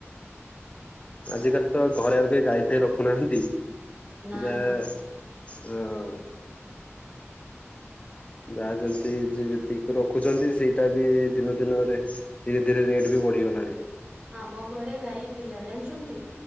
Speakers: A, on the left; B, on the right.
A: ଆଜିକାଲି ତ ଘରେ ଆଉ କେ ଗାଈ ଫାଇ ରଖୁନାହାନ୍ତି।
B: ନା
A: ଯେ
B: ନା
A: ହଁ ଯାହା ଯେମିତି ଯେତିକି ରଖୁଛନ୍ତି ସେଇଟା ବି ଦିନ ଦିନରେ ଧୀରେ ଧୀରେ ରେଟ୍ ବି ବଢିଗଲାଣି
B: ଆ ମ ଘୋରେ ଗାଇ ଥିଲା ଜାଣିଛନ୍ତି।